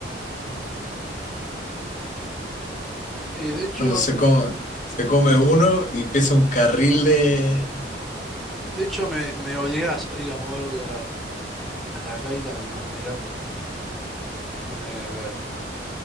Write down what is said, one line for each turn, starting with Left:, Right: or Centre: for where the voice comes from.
Centre: Mm, Sí, de hecho.
Left: Cuando se come, se come uno y empieza un carril de...
Centre: De hecho, me, me obligas a ir a mover la- a la reina de alguna manera. Y déjame ver.